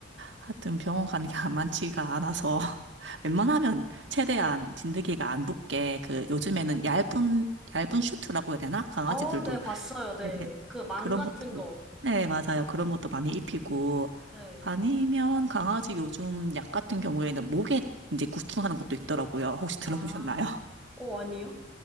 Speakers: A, on the right; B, in the centre.
A: 하여튼 병원 가는 게 <laughs> 안 많지가 않아서 <laughs> 웬만하면 최대한 진드기가 안 붙게 그 요즘에는 얇은 얇은 슈트라고 해야 되나? 강아지들도
B: 어, 네, 봤어요. 네.
A: 네네.
B: 그 망
A: 그런
B: 같은
A: 것도
B: 거.
A: 네, 맞아요. 그런 것도 많이 입히고
B: 네.
A: 아니면 강아지 요즘 약 같은 경우에는 목에 이제 구충하는 것도 있더라고요. 혹시 들어보셨나요?
B: 아. 어, 아니요?